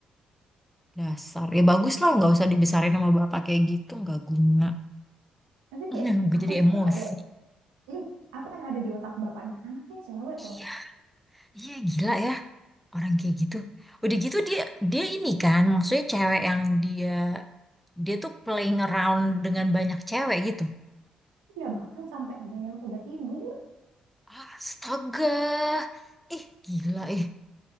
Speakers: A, in the centre; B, on the right.
A: Dasar. Ya bagus lah nggak usah dibesarin sama bapak kayak gitu nggak guna.
B: Tapi
A: <laughs>
B: kayak
A: Gue
B: apa
A: jadi
B: sih
A: emosi.
B: yang ada? Ih, apa yang ada di otak bapaknya? Anaknya cewek
A: Iya,
B: loh.
A: iya gila ya orang kayak gitu. Udah gitu dia dia ini kan maksudnya cewek yang dia dia tuh playing around dengan banyak cewek gitu.
B: Ya bahkan sampai ada yang udah tidur.
A: Astaga. Ih, gila ih.